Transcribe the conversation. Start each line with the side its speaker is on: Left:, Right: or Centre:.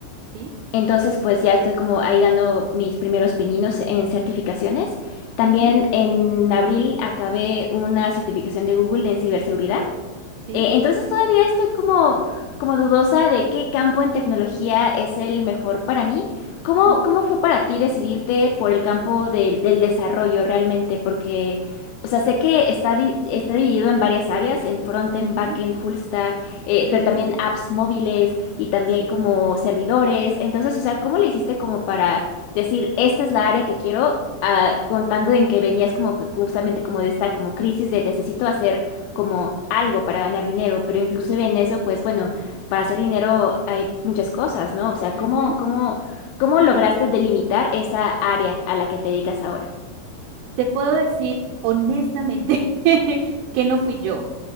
Right: Sí.
Left: entonces pues ya estoy como ahí dando mis primeros pininos en certificaciones. También
Right: Ujú,
Left: en abril acabé una certificación de Google en ciberseguridad
Right: Sí.
Left: eh, entonces todavía estoy como, como dudosa de qué campo en tecnología es el mejor para mí. ¿Cómo,
Right: ujú,
Left: cómo fue para ti decidirte por el campo del, del desarrollo realmente? Porque, o sea, sé que está, di- está dividido en varias áreas, en frontend,
Right: ujú,
Left: backend, full stack, eh,
Right: ujú,
Left: pero también apps móviles y también
Right: Sí.
Left: como servidores. Entonces, o sea, ¿cómo le hiciste como para decir, esta es la área que quiero? ah, contando en que venías como que justamente como de esta como crisis de necesito hacer como algo para ganar dinero, pero inclusive en eso, pues bueno, para hacer dinero hay muchas cosas, ¿no? O sea,
Right: ujú.
Left: ¿cómo, cómo, cómo lograste delimitar esa área a la que te dedicas ahora?
Right: Te puedo decir honestamente <laughs> que no fui yo